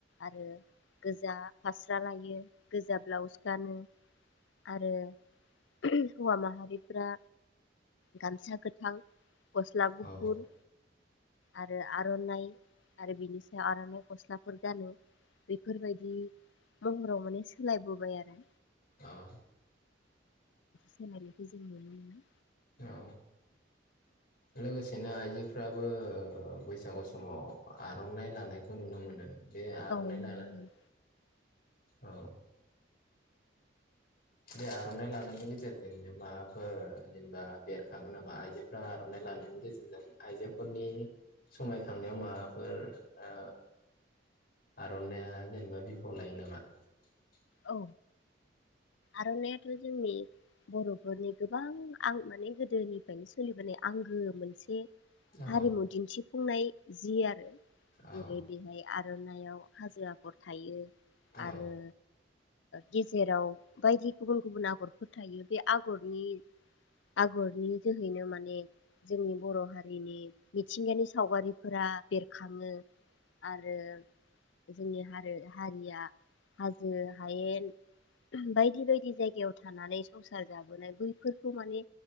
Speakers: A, on the left (about 70°); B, on the left (about 55°).
A: आरो गोजा फास्रा लायो गोजा ब्लाउस गानो आरो हौवा माहारिफोरा गामसा गोथां गस्ला गुफुर
B: औ
A: आरो आरनाइ आरो बिनि सायाव आरनाय गस्ला फोर गानो बेफोरबायदि महराव माने सोलायबोबाय आरो
B: औ
A: सिनारिखौ जों नुनो मोनो।
B: औ लोगोसे नो आइजोफ्राबो ओ बैसागु समाव आर'नाइ लानायखौ नुनो मोनो। बे आर'नाइ
A: औ नुनो
B: लानो
A: मोनो।
B: औ बे आर'नाइ लानायनि गेजेरजोंनो माबाफोर जेनेबा बेरखाङो नामा आइजोफोरा आर'नाइ लानायनि गेजेरजों आइजोफोरनि समायखांनायाव माबाफोर ओ आर'नाइया जेनेबा बिफाव लायो नामा? <inaudible>
A: औ आर'नाइयाथ' जोंनि बरफोरनि गोबां आं माने गोदोनिफ्रायनो सोलिबोनाय आंगो मोनसे
B: औ
A: हारिमु दिनथि फुंनाय जि आरो
B: औ
A: जेरै जोंनि आर आर'नाइयाव हाजो आगर थायो।
B: औ
A: आरो गेजेराव बायदि गुबुन गुबुन आगरफोरो थायो बे आगरनि आगरनि जोहैनो माने जोंनि बर' हारिनि मिथिंगानि सावगारिफोरा बेरखाङो। आरो जोंनि हारो हारिया हाजो हायेन बायदि बायदि जायगायाव थांनानै संसार जाबोनाय बैफोरखौ माने